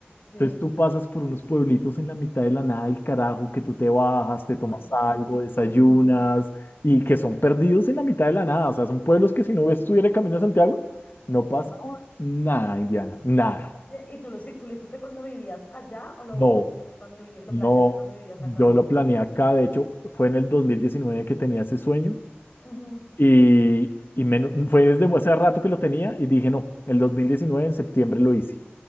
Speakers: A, on the left; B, on the left.
A: sí.
B: Entonces tú pasas por unos pueblitos en la mitad de la nada del carajo, que tú te bajas, te tomas
A: Ay,
B: algo,
A: qué lindo.
B: desayunas, y que son perdidos en la mitad de la nada. O sea, son pueblos que si no estuviera Camino a Santiago, no pasaba
A: Suerte.
B: nada, Indiana, nada.
A: Oye, ¿y tú lo, hici- tú lo hiciste cuando vivías allá o lo
B: No,
A: hiciste cuando vivías, lo
B: no,
A: planeaste cuando vivías
B: yo
A: acá?
B: lo planeé acá. De hecho, fue en el 2019 que tenía ese sueño
A: Ujú.
B: y, y menos, fue desde hace rato que lo tenía y dije, no, el 2019 en septiembre lo hice.